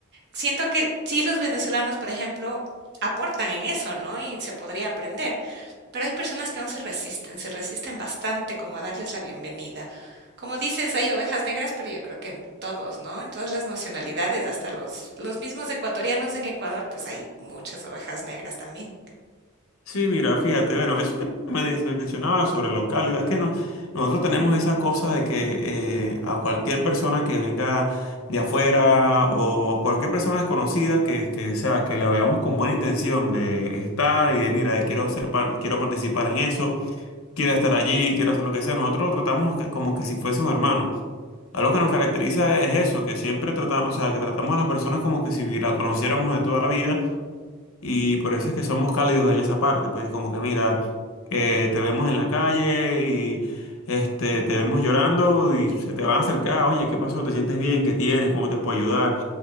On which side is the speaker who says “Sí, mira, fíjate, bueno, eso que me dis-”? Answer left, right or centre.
Left